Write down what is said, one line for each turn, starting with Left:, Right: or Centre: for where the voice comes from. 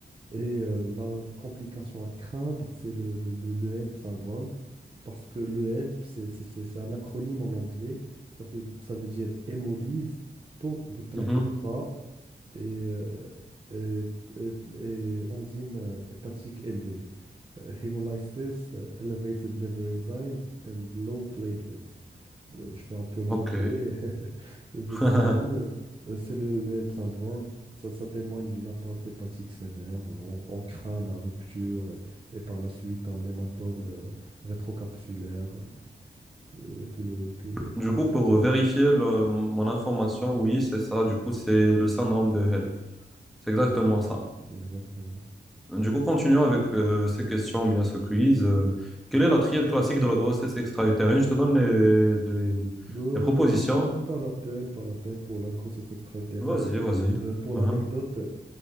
Right: Et euh, la complication à craindre, c'est le, le, le- le HELP syndrome, parce que le HELP, c'est c'est- c'est- c'est un acronyme en anglais, ça veut, ça veut dire hémolyse, taux de plaquettes
Centre: mhm.
Right: bas et, euh, et, et- et enzyme euh, hépatique élevé uh, hémolysis, uh, elevated liver enzymes and low platelets. Euh, je fais un peu l'anglais.
Centre: Ok.
Right: <laughs> mais
Centre: <laughs>
Right: Du coup, euh, euh, c'est le, le HELP syndrome. Ça, ça témoigne d'une atteinte hépatique sévère. On, on craint la rupture euh, et par la suite un hématome euh, rétrocapsulaire euh, et tout le, tout, et tout
Centre: Du
Right: le...
Centre: coup, pour vérifier le- mon information, oui, c'est ça. Du coup, c'est le syndrome de Hell. C'est exactement ça.
Right: Exactement.
Centre: Du coup, continuons avec euh, ces questions, ou bien ce quiz. Euh, quelle est la triade classique de la grossesse extra-utérine? Je te donne les, les-
Right: Ben,
Centre: les propositions.
Right: je- pas la peine, pas la peine pour la grossesse extra-utérine.
Centre: Vas-y, vas-y.
Right: Ben, pour l'anecdote,
Centre: Mhm.
Right: euh,